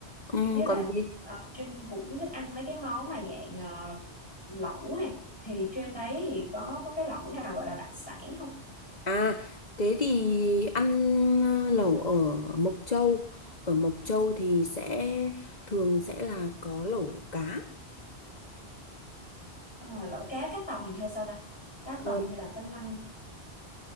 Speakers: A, on the left (about 40°); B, on the left (about 25°).
A: Ừ,
B: kiểu như
A: còn
B: là
A: gì?
B: ờ, Trinh cũng thích ăn mấy cái món mà dạng ờ, lẩu nè thì trên đấy thì có có cái lẩu nào gọi là đặc sản không
A: À, thế thì ăn ờ, lẩu ở Mộc Châu. Ở Mộc Châu thì sẽ thường sẽ là có lẩu cá.
B: Ờ, lẩu cá cá tầm hay sao ta cá
A: Ờ,
B: tầm hay là cá lăng